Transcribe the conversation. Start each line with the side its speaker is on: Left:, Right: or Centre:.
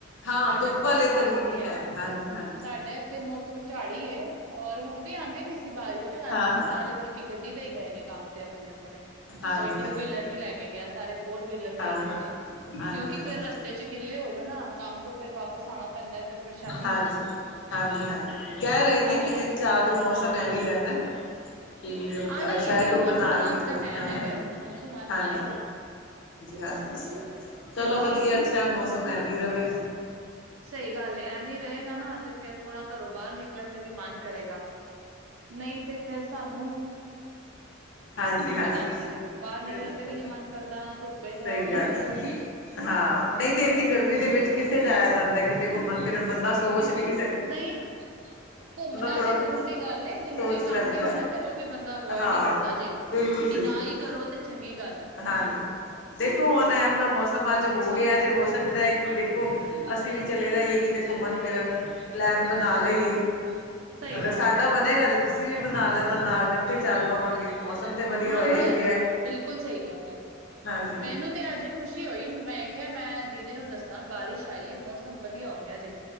Left: ਹਾਂ
Right: ਸਾਡਾ
Left: ਧੁੱਪ
Right: ਕੋਈ
Left: ਵੱਲ ਇੱਧਰ
Right: ਚਾਂਸ
Left: ਵੀ
Right: ਨਹੀ
Left: ਨੀ
Right: ਹੈਗਾ।
Left: ਹੈ ਹਾਂਜੀ ਹਾਂਜੀ
Right: ਸਾਡਾ ਤੇ ਮੌਸਮ ਝਾੜੀ ਏ, ਔਰ ਹੁਣ ਵੀ ਆਉਂਦੀ ਵੀ ਸੀ ਬਾਰਿਸ਼ ਅੱਜ
Left: ਹਾਂ ਹਾਂ
Right: ਤੇ ਸਾਰੇ ਮਲਕਿ ਗੱਡੀ ਤੇ ਹੀ ਗਏ ਨੇ ਕੰਮ ਤੇ ਆਪਣੇ- ਆਪਣੇ
Left: ਹਾਂਜੀ
Right: ਕੋਈ ਟੂ
Left: ਹਾਂਜੀ
Right: ਵੀਲਰ ਨੀ ਲੈ ਕੇ ਗਿਆ ਸਾਰੇ। ਫੋਰ ਵੀਲਰ ਤੇ
Left: ਹਾਂ
Right: ਗਏ
Left: ਹਾਂ
Right: ਨੇ,
Left: ਹਾਂ ਹਾਂਜੀ
Right: ਕਿਉਂਕਿ
Left: ਹਾਂਜੀ
Right: ਫੇਰ ਰਸਤੇ, ਚ' ਗਿੱਲੇ ਹੋ ਜਾਓ ਨਾ, ਕੰਮ ਤੋਂ ਫੇਰ ਵਾਪਸ ਆਉਣਾ ਪੈਂਦਾਂ ਹੈ। ਫਿਰ ਪਰੇਸ਼ਾਨੀ
Left: ਹਾਂਜੀ।
Right: ਹੁੰਦੀ ਹੈ
Left: ਹਾਂਜੀ -ਹਾਂਜੀ ਕਹਿ ਰਹੇ
Right: ਨਾਲੇ
Left: ਨੇਂ ਕਿ ਤਿੰਨ- ਚਾਰ ਦਿਨ ਮੌਸਮ ਐਵੇਂ ਹੀ ਰਹਿਦਾ‌।
Right: ਆਣਾ ਹੀ
Left: ਸ਼ਾਇਦ
Right: ਹੈ ਜੀ
Left: ਧੁਪ
Right: ਮੌਨਸੂਨ
Left: ਨਾ ਹੀ
Right: ਆਣ
Left: ਨਿਕਲੇ।
Right: ਦਾ ਟਾਈਮ
Left: ਹਾਂਜੀ।
Right: ਹੈਗਾ ਹੁਣ ਮੌਨਸੂਨ ਆ-
Left: ਹਾਂਜੀ-
Right: ਆਏਗਾ ਹੀ
Left: ਹਾਂਜੀ,
Right: ਕਿਉਂਕਿ
Left: ਚਲੋ ਵਧੀਆ, ਅੱਛਾ ਮੌਸਮ ਐਵੇਂ ਰਹੇਂ।
Right: ਸਹੀ ਗੱਲ ਏ, ਐਵੇ ਵੀਂ ਰਹੇਗਾ ਨਾ ਤੇ ਫੇਰ- ਥੋੜ੍ਹਾ ਘਰੋ ਬਾਹਰ ਨਿਕਲਣ ਤੇ ਵੀ ਮਨ ਕਰੇਗਾ ਨਹੀ ਤੇ ਫੇਰ ਸਾਨੂੰ <inaudible>
Left: ਹਾਂਜੀ,
Right: ਦਿੱਕਤ
Left: ਹਾਂਜੀ
Right: ਆਉਂਦੀ ਹੈ। ਬਾਹਰ ਨਿਕਲਣ
Left: ਫਿਰ ਦਿੱਕਤ
Right: ਤੇ ਵੀ ਨੀ
Left: ਆਂਦੀ
Right: ਮਨ ਕਰਦਾ, ਨਾ ਧੁੱਪੇ ਜਾਓ,
Left: ਸਹੀ
Right: ਨਾ
Left: ਗੱਲ
Right: ਕੁਛ
Left: ਐ। ਹਾਂ, ਨਹੀ ਤੇ ਇਨੀ ਗਰਮੀ ਦੇ ਵਿਚ ਕਿਥੇ ਜਾਇਆ ਜਾਦਾ, ਕਿਤੇ ਘੁੰਮਣ- ਫਿਰਨ ਬੰਦਾ ਸੋਚ ਵੀ ਨਹੀ
Right: ਨਹੀ ਘੁੰਮਣਾ
Left: ਥੋੜਾ
Right: ਤੇ
Left: ਕੁਛ
Right: ਦੂਰ ਦੀ ਗੱਲ ਏ ਜਰੂਰੀ
Left: ਸੋਚ ਲੈਂਦਾ
Right: ਕੰਮ ਵੀ ਹੋਏ
Left: ਹੈ।
Right: ਨਾ- ਫਿਰ ਉਹ ਵੀ ਬੰਦਾ ਅਵੋਇਡ
Left: ਹਾਂ
Right: ਹੀ ਕਰਦਾ ਹੈ, ਜੇ
Left: ਬਿਲਕੁਲ,
Right: ਕਿ
Left: ਬਿਲਕੁਲ
Right: ਨਾ ਹੀ ਕਰੋ ਤੇ ਚੰਗੀ ਗੱਲ ਹੈ।
Left: ਹਾਂਜੀ। ਦੇਖੋ ਹੁਏ ਏ ਵਾਲਾਂ ਮੌਸਮ ਅੱਜ ਹੋ ਗਿਆ ਤੇ ਹੋ ਸਕਦਾਂ ਕਿ ਦੇਖੋ, ਅਸੀਂ ਵੀ ਚਲੇ ਦਾਈਏ ਕਿਤੇ ਘੁੰਮਣ- ਫਿਰਨ ਪਲੈਨ ਬਣਾ ਲਈਏ,
Right: ਸਹੀ
Left: ਅਗਰ
Right: ਗੱਲ
Left: ਸਾਡਾ
Right: ਜੇ
Left: ਬਣੇਗਾ ਤੇ- ਅਸੀਂ ਵੀ ਬਣਾ ਲੈਂਦਾ ਨਾਲ ਇਕੱਠੇ ਚਾਲ ਪਾਵਾਂਗੇ। ਮੌਸਮ ਤੇ ਵਧੀਆ
Right: ਹਾਂਜੀ-
Left: ਹੋਇਆ ਹੀ
Right: ਹਾਂਜੀ।
Left: ਪਿਆ।
Right: ਬਿਲਕੁਲ ਸਹੀ ਕਹਿ ਰਹੇ ਹੋ,
Left: ਹਾਂਜੀ,
Right: ਮੈਨੂੰ ਤੇ ਅੱਜ- ਖੁਸ਼ੀ ਹੋਈ, ਮੈ ਕਿਹਾ ਮੈਂ ਦੀਦੀ ਨੂੰ ਦਸਾਂ ਬਾਰਿਸ਼ ਆਈਏ ਮੌਸਮ ਵਧੀਆ ਹੋ ਗਿਆ ਜੇ।